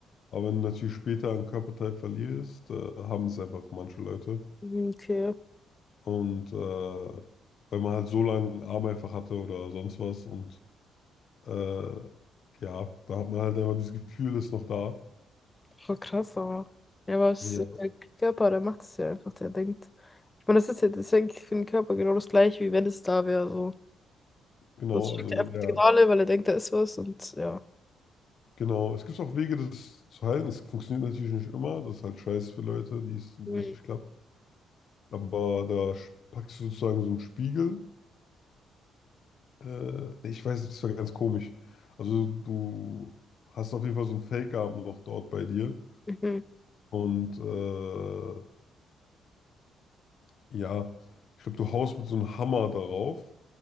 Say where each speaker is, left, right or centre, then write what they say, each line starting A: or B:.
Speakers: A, on the left; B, on the left.
A: Aber wenn du natürlich später ein Körperteil verlierst, äh, haben es einfach manche Leute.
B: Mhm, Okay,
A: Und äh, weil man halt so lange einen Arm einfach hatte oder sonst was und Äh, ja, da hat man halt einfach dieses Gefühl, ist noch da.
B: voll krass, aber. Ja, aber es
A: Ja,
B: ist der Körper, der macht es ja einfach, der denkt. Ich meine, das ist ja das ist ja eigentlich für den Körper genau das gleiche, wie wenn es da wäre. So.
A: genau,
B: Sonst schickt
A: also
B: er einfach
A: der,
B: Signale, weil er denkt, da ist was und ja.
A: genau. Es gibt auch Wege, das zu heilen. Das funktioniert natürlich nicht immer. Das ist halt scheiße für Leute, die es, wo
B: Mhm.
A: es nicht klappt. Aber da sch- packst du sozusagen so einen Spiegel. Äh, nee, ich weiß, das war ganz komisch. Also du hast auf jeden Fall so einen Fake-Arm noch dort bei dir.
B: Mhm.
A: Und äh, ja, ich glaube, du haust mit so einem Hammer darauf.